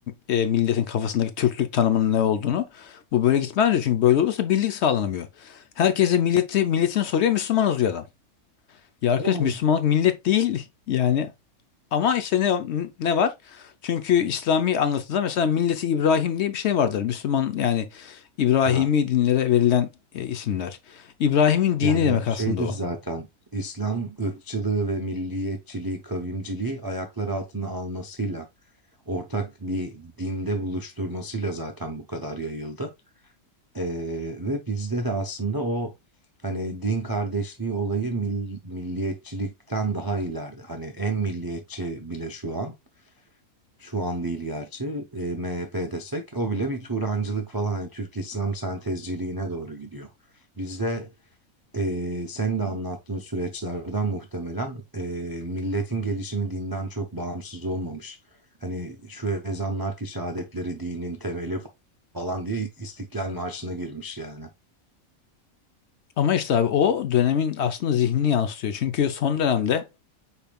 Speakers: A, on the left; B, on the right.
A: e, milletin kafasındaki Türklük tanımının ne olduğunu. Bu böyle gitmez diyor çünkü böyle olursa birlik sağlanamıyor. Herkese milleti milletini soruyor Müslümanız diyor adam. Ya arkadaş
B: Hı.
A: Müslümanlık millet değil yani Ama işte ne ne var? Çünkü İslami anlatıda mesela Milleti İbrahim diye bir şey vardır. Müslüman yani İbrahimi
B: Tabii.
A: dinlere verilen e, isimler. İbrahim'in dini
B: Yani,
A: demek aslında
B: şeydir
A: o.
B: zaten, İslam ırkçılığı ve milliyetçiliği, kavimciliği ayaklar altına almasıyla, ortak bir dinde buluşturmasıyla zaten bu kadar yayıldı. Eee, ve bizde de aslında o, hani, din kardeşliği olayı mil milliyetçilikten daha ileride. Hani, en milliyetçi bile şu an, şu an değil gerçi, eee, MHP desek o bile bir Turancılık falan, hani, Türk-İslam sentezciliğine doğru gidiyor. Bizde eee senin de anlattığın süreçlerden muhtemelen eee, milletin gelişimi dinden çok bağımsız olmamış. Hani şu ezanlar ki şehadetleri dinin temeli falan diye İstiklal Marşı'na girmiş yani.
A: Ama işte abi o dönemin aslında zihnini yansıtıyor. Çünkü son dönemde